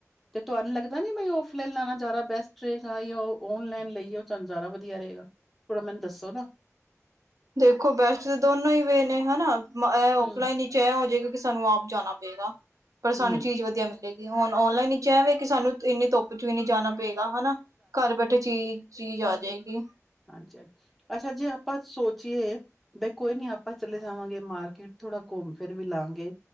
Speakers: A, in the centre; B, on the right.
A: ਤੇ ਤੁਹਾਨੂੰ ਲੱਗਦਾ ਨੀ ਮੈਂ ਔਫਲਾਈਨ ਲੈਣਾ ਜਾਯਾਦਾ ਬੈਸਟ ਉਥੇ ਜਾਈਏ ਯਾ ਉਹ ਓਨ ਲਾਈਨ ਲਈਏ ਉਹ ਚੱਲ ਜ਼ਿਆਦਾ ਵਧੀਆ ਰਹੇਗਾ। ਥੋੜਾ ਮੈਨੂੰ ਦੱਸੋ ਨਾ?
B: ਦੇਖੋ ਬੈਸਟ ਤਾਂ ਦੋਨੋ ਹੀ ਵੇ ਨੇ ਹੈਨਾ ਇਹ ਔਫਲਾਈਨ
A: ਹੂੰ,
B: ਹੀ ਚਾਏ ਏ ਹੋ ਜਾਏਗਾ ਕਿ ਸਾਨੂੰ ਆਪ ਜਾਣਾ ਪਏਗਾ, ਪਰ
A: ਹੂੰ
B: ਸਾਨੂੰ ਚੀਜ਼ ਵਧੀਆ ਮਿਲ ਹੁਣ ਔਨਲਾਈਨ ਹੀ ਚਹਿਵੇ ਕਿ ਸਾਨੂੰ ਇੰਨੀ ਧੁੱਪ 'ਚ ਵੀ ਨੀ ਜਾਣਾ ਪਏਗਾ ਹਨਾ। ਘਰ ਬੈਠੇ ਚੀਜ਼ ਚੀਜ਼ ਆ ਜਾਏਗੀ।
A: ਹਾਂਜੀ-ਹਾਂਜੀ ਅੱਛਾ ਜੇ ਆਪਾਂ ਸੋਚ ਏ ਬ ਕੋਈ ਨੀ ਆਪਾਂ ਚਲੇ ਜਾਵਾਂਗੇ ਮਾਰਕੀਟ ਥੋੜਾ ਘੁੰਮ ਫਿਰ ਵੀ ਲਾਂਗੇ